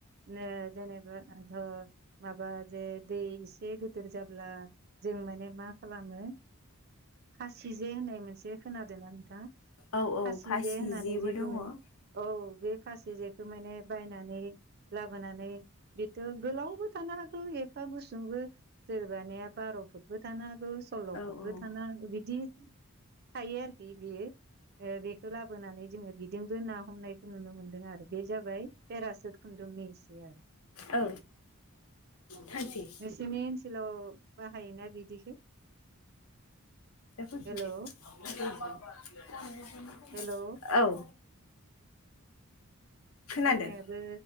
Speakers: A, on the right (about 45°); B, on the left (about 75°).
A: जेनेबाध' माबा जे दै एसे गिदिर जाब्ला जों माने मा खालामो। खासि जे होननाय मोनसे खोनादों ना नोंथां
B: औ औ
A: खासि
B: फासि
A: जे होननानै
B: जेबो
A: जे
B: दङ
A: बुङो।
B: औ
A: औ बे खासि जेखौ माने बायनानै लाबोनानै बेथ' गोलावबो थानो हागौ एफा गुसुंबो जेनेबानिया बार' फुटबो थानो हागौ सल्ल'
B: औ
A: फुटबो
B: औ
A: थानो हागौ बिदि थायो आरोखि बेयो बेखौ लाबोनानै जोङो बिजोंबो ना हमनाय खौ नुनो मोनदों आरो बे जाबाय पेरासुट खुन्दुंनि एसे आरो
B: औ थांसै ए
A: नोंसोरनि ओनसोलाव बाहायोना बिदिखौ
B: दलि
A: हेलौ
B: <unintelligible>
A: हेलौ
B: औ खोनादों
A: समायाबो